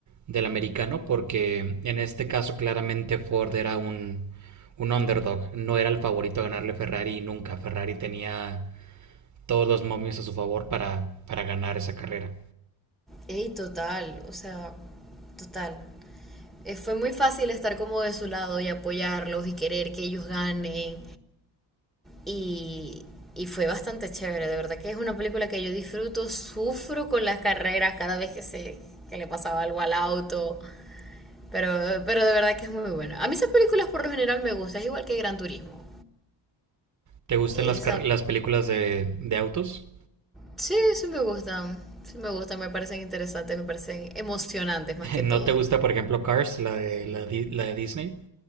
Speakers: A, on the right; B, in the centre.
A: del americano porque en este caso claramente Ford era un, un underdog, no era el favorito a ganarle a Ferrari nunca, Ferrari tenía todos los momios a su favor para, para ganar esa carrera.
B: Ey, total, o sea, total. Eh, fue muy fácil estar como de su lado y apoyarlos y querer que ellos ganen. Y, y fue bastante chévere, de verdad que es una película que yo disfruto, sufro con las carreras cada vez que se, que le pasaba algo al auto. Pero, pero de verdad que es muy buena. A mí esas películas por lo general me gustan, es igual que Gran Turismo.
A: ¿Te gustan
B: Esa,
A: las, car- las películas de, de autos?
B: sí, sí me gustan, sí me gustan, me parecen interesantes, me parecen emocionantes más
A: <laughs>
B: que todo.
A: ¿No te gusta, por ejemplo, Cars, la de, la, de- la de Disney?